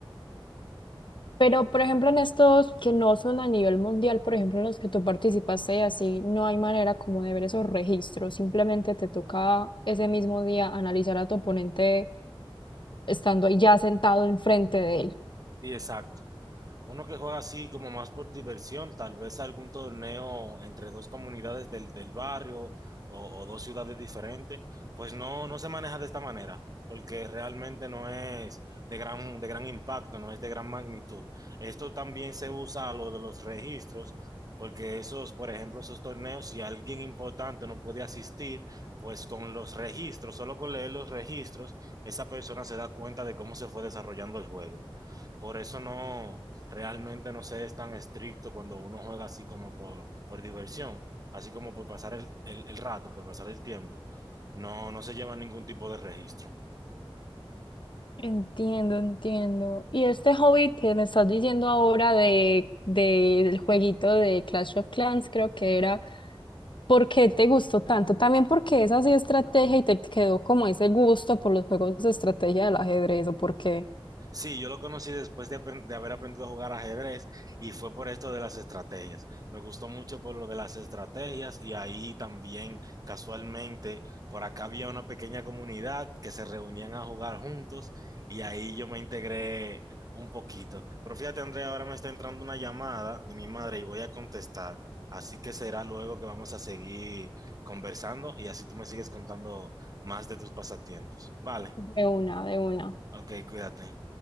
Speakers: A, on the left; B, on the right.
A: Pero, por ejemplo, en estos que no son a nivel mundial, por ejemplo, en los que tú participaste y así, no hay manera como de ver esos registros. Simplemente te toca ese mismo día analizar a tu oponente estando ahí ya sentado enfrente de él.
B: Sí, exacto. Uno que juega así como más por diversión, tal vez algún torneo entre dos comunidades del, del barrio o, o dos ciudades diferentes, pues no, no se maneja de esta manera, porque realmente no es de gran, de gran impacto, no es de gran magnitud. Esto también se usa a lo de los registros, porque esos, por ejemplo, esos torneos, si alguien importante no puede asistir, pues con los registros, solo con leer los registros, esa persona se da cuenta de cómo se fue desarrollando el juego. Por eso no, realmente no se es tan estricto cuando uno juega así como por, por diversión, así como por pasar el, el- el rato, por pasar el tiempo. No, no se lleva ningún tipo de registro.
A: Entiendo, entiendo. Y este hobby que me estás diciendo ahora de, de- del jueguito de Clash of Clans, creo que era, ¿por qué te gustó tanto? También porque es así estrategia y te quedó como ese gusto por los juegos de estrategia del ajedrez, ¿o por qué?
B: Sí, yo lo conocí después de, apren- de haber aprendido a jugar ajedrez y fue por esto de las estrategias. Me gustó mucho por lo de las estrategias y ahí también casualmente por acá había una pequeña comunidad que se reunían a jugar juntos y ahí yo me integré un poquito. Pero fíjate, Andrea, ahora me está entrando una llamada de mi madre y voy a contestar. Así que será luego que vamos a seguir conversando y así tú me sigues contando más de tus pasatiempos. Vale,
A: De una, de una.
B: ok, cuídate.